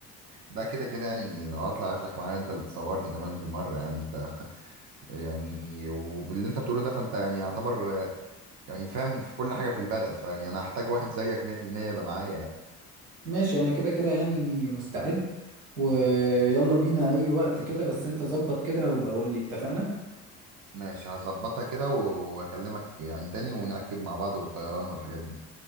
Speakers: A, on the right; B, on the right.
A: ده كده كده يعني لو هطلع اخدك معايا انت اللي تصورني كمان بالمره يعني انت <laughs> يعني وباللي انت بتقوله ده فانت يعني يعتبر آه، يعني فاهم في كل حاجه في البلد فيعني انا هحتاج واحد زيك 100% يبقى معايا يعني.
B: ماشي انا كده كده يعني مستعد ويلا بينا اي وقت كده بس انت ظبط كده وبقول لي اتفقنا
A: ماشي هظبطها كده واكلمك يعني تاني ونأكد مع بعض والطيران والحاجات دي